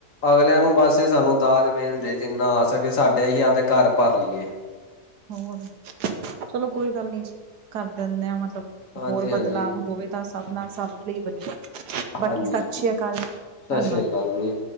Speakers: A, on the left; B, on the right.
A: ਅਗਲੇਆਂ ਨੂੰ ਬਾੱਸ ਸਾਨੂੰ ਦਾਜ ਮਿਲ ਜੇ, ਜਿੰਨਾ ਆ ਸਕੇ ਸਾਡੇ ਹੀ ਆਪਦੇ ਘਾਰ ਭਾਰ ਲੀਏ।
B: ਹੋਰ ਚਲੋ ਕੋਈ ਗੱਲ ਨੀ ਜੀ, ਕਾਰ ਦਿੰਨੇ ਆ ਮਤਲਬ
A: ਹਾਂਜੀ
B: ਹੋਰ
A: ਹਾਂਜੀ
B: ਬਦਲਾਵ ਹੋਵੇ ਤਾਂ ਸਾਭ ਨਾਲ ਸਾਭ ਲਈ ਵਦੀਆ, ਬਾਕੀ
A: ਹਾਂਜੀ
B: ਸਾਸ ਸ੍ਰੀ਼ ਕਾਲ ਜੀ
A: ਸਤਿ
B: ਧੰਨਵਾਦ।
A: ਸ੍ਰੀ ਅਕਾਲ ਜੀ